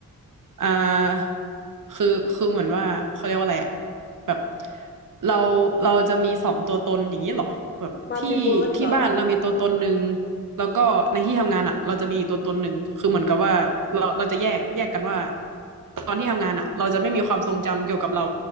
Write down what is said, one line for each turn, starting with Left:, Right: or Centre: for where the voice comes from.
Right: อ่าคือคือเหมือนว่าเขาเรียกว่าอะไรอะแบบเราเราจะมีสองตัวตนอย่างนี้เหรอแบบที่ที่บ้านเรามีตัวตนหนึ่ง
Left: มัลติเวิร์สเหรอแบบ
Right: แล้วก็ในที่ทำงานอะเราจะมีอีกตัวตนหนึ่งคือเหมือนกับว่าเราเราจะแยกแยกกันว่าตอนที่ทำงานอะเราจะไม่มีความทรงจำเกี่ยวกับเรา